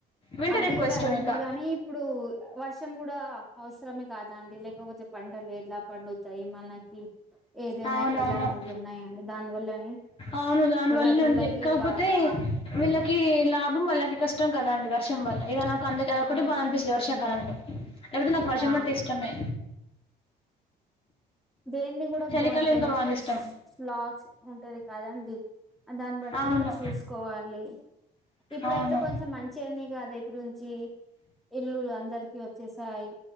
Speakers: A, on the left; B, in the centre.
A: వింటర్
B: అది
A: ఎక్కువ
B: కూడా
A: ఇష్టం
B: అయింది
A: ఇంకా
B: కానీ ఇప్పుడు వర్షం కూడా అవసరమే కాదండి లేకపోతే ప పండలు ఎట్లా పండుతాయి మనకి ఏదైనా
A: అవునవును
B: ఇట్లా అనేది ఉన్నాయండి దానివల్లనే
A: అవును దానివల్లనే
B: ఇప్పుడు రైతులకి
A: ఉంది కాకపోతే
B: బాగా
A: వీళ్ళ కి లాభం వాళ్ళకి కష్టం కదా అండి వర్షం వల్ల ఇగ నాకు అందు అదొఒకటి
B: ఆ
A: బాధ అనిపిస్తుంది వర్షాకాలంలో లేకపోతే నాకు వర్షం
B: ఆ
A: అంటి ఇష్టమే
B: దేంది కూడా
A: చలికాలం
B: బ బెనిఫిట్స్
A: ఇంకా బాగా ఇష్టం
B: లాస్ ఉంటది కదా అండి దాన్ని బట్టి
A: అవును
B: ఇప్పుడు చూసుకోవాలి ఇప్పుడైతే
A: అవును
B: కొంచెం మంచి అని కాదా ఇప్పుడు నుంచి ఇల్లు ఇప్పు అందరికి వచ్చేసాయ్